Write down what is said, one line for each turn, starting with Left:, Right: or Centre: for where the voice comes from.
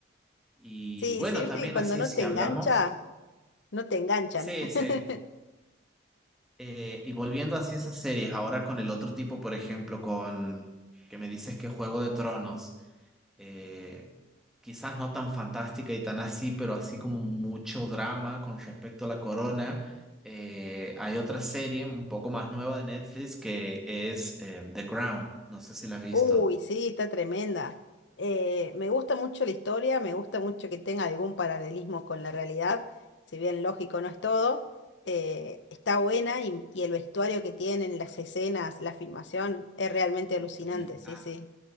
Centre: Y
Left: Sí,
Centre: bueno,
Left: sí, viste
Centre: también
Left: que cuando
Centre: así
Left: no
Centre: si
Left: te
Centre: hablamos.
Left: engancha, no te enganchan.
Centre: Sí,
Left: <laughs>
Centre: sí. Eh, y volviendo hacia esas series, ahora con el otro tipo, por ejemplo, con que me dices que Juego de Tronos, eh, quizás no tan fantástica y tan así, pero así como mucho drama con respecto a la corona. eh, hay otra serie un poco más nueva de Netflix que es eh, The Crown, no sé si la has visto.
Left: Uy, sí, está tremenda. Eh, me gusta mucho la historia, me gusta mucho que tenga algún paralelismo con la realidad, si bien lógico no es todo. eh, está buena y, y el vestuario que tienen, las escenas, la filmación, es realmente alucinante,
Centre: Y
Left: sí,
Centre: a,
Left: sí.